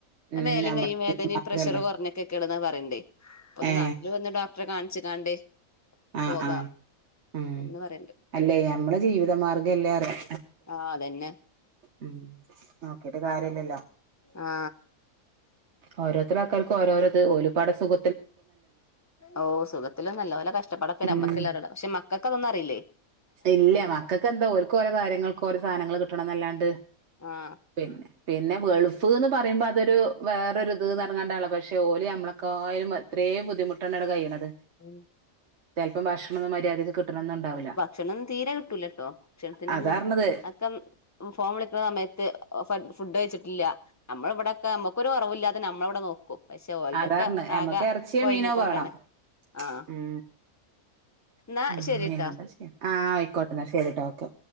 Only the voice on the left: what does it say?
മേലും
കൈയ്യും വേദനിം
പ്രഷർ കോർഞ്ഞ ട്ത്ത്ക്ക്ണ് ന്നാ പറിണ്ട് ഇപ്പൊ ഒന്ന്
നാട്ടില് വന്ന് ഡോക്ടറെ കാൺച്ച് കാണ്ട്
പോകാ
എന്ന് പറീണ്ട്
ആഹ് അതന്നെ
ആ
ഓ സുഖത്തിലൊന്നല്ല ഓലെ കഷ്ടപ്പാടൊക്കെ
നമ്മക്കല്ലെറിള്ളു പക്ഷെ മക്കൾക്കതൊന്നും അറിയില്ലെ
ആ
ഉം
ഭക്ഷണൊന്നും തീരെ കിട്ടൂലട്ടോ ഭക്ഷണത്തിന്റെ
ഒന്നും ഒക്കെ ഫോൺ വിളിക്ണ സമയത്ത് ഫുഡ് കഴിച്ചിട്ടില്ല നമ്മളെ ഇവിടെക്കെ നമ്മക്കൊരു കോറോവുല്ലാതെ നമ്മൾ ഇവിടെ നോക്കും. പക്ഷെ ഓൽതൊക്കെ
ആകെ
കൊഴഞ്ക്കൊണ്ടാണ്
ആഹ്
ഇന്നാ
ശെരി